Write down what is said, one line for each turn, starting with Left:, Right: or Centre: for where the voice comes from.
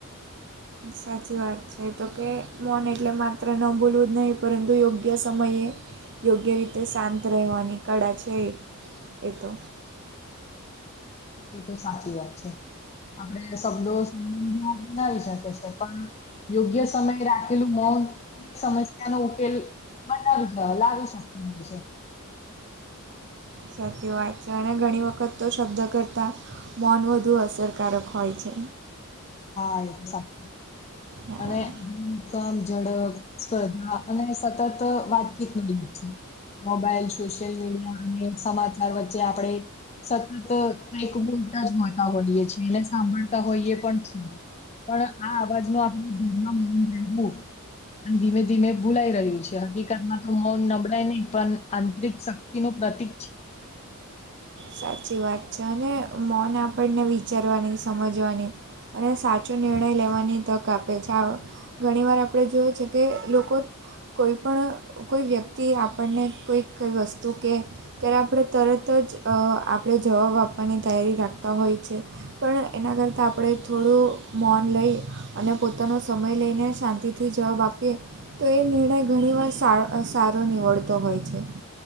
Right: સાચી વાત છે તો કે મોન એટલે માત્ર ન બોલવું જ નહીં પરંતુ યોગ્ય સમયે. યોગ્ય રીતે શાંત રહેવાની કળા છે એ તો,
Left: હ એ તો સાચી વાત છે. આપડે શબ્દો સંબંધ બનાવી શકે છે પણ, યોગ્ય સમયે રાખેલું મૌન. અનેક સમસ્યા નો ઉકેલ બનાવીજ લાવી શકે છે.
Right: સાચી વાત છે અને ઘણી વખત તો શબ્દ કરતા, મોન વધુ અસરકારક હોય છે.
Left: હા એ તો સા
Right: હા
Left: અને <unintelligible> કમ ઝડપ સ્પર્ધા અને સતત વાતચીત <unintelligible> મોબાઈલ, સોશિયલ મીડિયા અને સમાચાર વચ્ચે આપણેે. સતત કંઈક બોલતા જ હોતા હોઈએ છીએ. સાંભળતા હોઈએ પણ પણ આ અવાજ માં આપણે <inaudible> રહેવું. અન ધીમે-ધીમે ભૂલાઈ રહ્યું છે. હકીકતમાં તો મૌન નબળાઈ નહીં પણ આંતરિક શક એનું પ્રતિક છે.
Right: સાચી વાત છે. અને મૌન આપણને વિચારવાની, સમજવાની અને સાચો નિર્ણય લેવાની તક આપે છે. આવ ઘણી વાર આપણે જોઈએ છે કે લોકો કોઈ પણ કોઈ વ્યક્તિ આપણને કોઈક વસ્તુ કે ત્યારે આપણે તરત જ અહ આપણે જવાબ આપવાની તૈયારી રાખતા હોય છે. પણ એના કરતાં આપણે થોડું મૌન લઈ અને પોતાનો સમય લઈને શાંતિ થ થી જવાબ આપીએ તો એ નિર્ણય ઘણીવાર સાર સારો નીવડતો હોય છે.